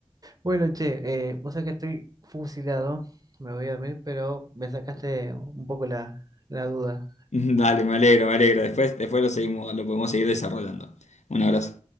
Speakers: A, on the right (about 30°); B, on the left (about 80°).
A: Bueno, che, eh, vos sabés que estoy fusilado, me voy a dormir, pero me sacaste un poco la, la duda.
B: Dale, me alegro, me alegro. Después, después lo seguimos, lo podemos seguir desarrollando. Un abrazo.